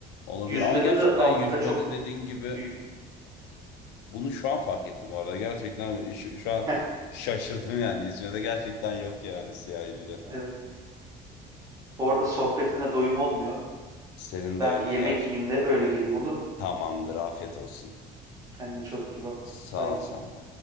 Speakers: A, on the left; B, on the right.
A: Olabilir
B: yüzmede
A: ama gerçekten
B: de Afrika
A: yüzmede
B: çok
A: dediğin gibi
B: Büyük.
A: bunu şu an fark ettim bu arada. Gerçekten şu, şu an
B: Heh,
A: şaşırdım yani. Yüzmede gerçekten yok yani siyahi biri.
B: evet. Bu arada sohbetine doyum olmuyor.
A: Senin
B: Ben
A: de öyle
B: bir yemek
A: gerçi.
B: yiyeyim de öyle geleyim olur mu?
A: Tamamdır afiyet olsun.
B: Kendine çok iyi bak.
A: Sağ
B: Bay bay.
A: ol sen de.